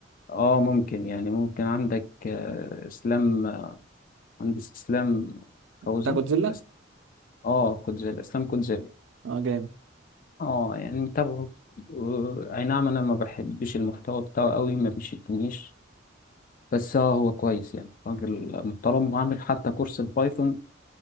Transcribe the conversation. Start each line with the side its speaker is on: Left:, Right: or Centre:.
Left: اه ممكن يعني ممكن عندك آه، اسلام آه، مهندس اسلام فوزي
Right: بتاع جودزيلا
Left: بس اه كوتزيلا اسلام كوتزيلا
Right: اه جامد
Left: اه يعني متابعه و- اي نعم انا ما بحبش المحتوى بتاعه قوي ما بيشدنيش بس اه هو كويس يعني راجل محترم وعامل حتى كورس البايثون